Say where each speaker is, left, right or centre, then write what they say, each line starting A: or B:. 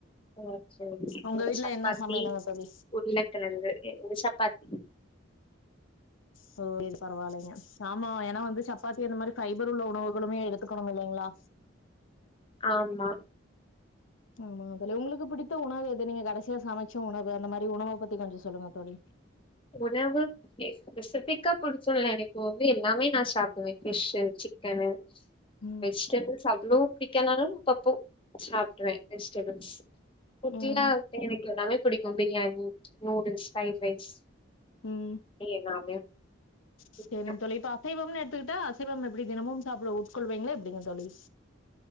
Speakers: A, on the left; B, on the left.
A: ம் சேரி
B: உங்க வீட்ல
A: சப்பாத்தி
B: என்ன சமையலுங்க தோழி
A: உருளக்கெழங்கு ஒரு சப்பாத்தி
B: சோ இது பரவால்லேங்க சாமா ஏன்னா வந்து சப்பாத்தி அந்த மாரி பஃபைபர் உள்ள உணவுகளுமே எடுத்துக்கணும் இல்லேங்களா
A: ஆம்மா
B: ஆமா உங்களுக்கு பிடித்த உணவு எது நீங்க கடைசியா சமச்ச உணவு அந்த மாரி உணவ பத்தி கொஞ்சோ சொல்லுங்க தோழி
A: உணவு எ பெசிஃபிக்கா புடிக்குல எனக்கு வந்து எல்லாமே நா சாப்புடுவே பிஷ்ஸு சிக்கனு
B: ம்
A: வெஜிடேபிள்ஸ் அவ்ளோ பிடிக்னாலு அப்பப்போ சாப்புடுவே வெஜ்டேபிள்ஸ் குட்டிலா
B: ம்
A: எனக்கு எல்லாமே புடிக்கு ப்ரியாணி நூடுல்ஸ் ஃபரைட் ரைஸ்
B: உம்
A: எல்லாமே பிடிக்கு
B: சேரிங்க தோழி இப்ப அசைவம்னு எடுத்துக்கிட்டா அசைவம் எப்டி தினமும் சாப்ட உட்கொள்வீங்களா எப்டிங்க தோழி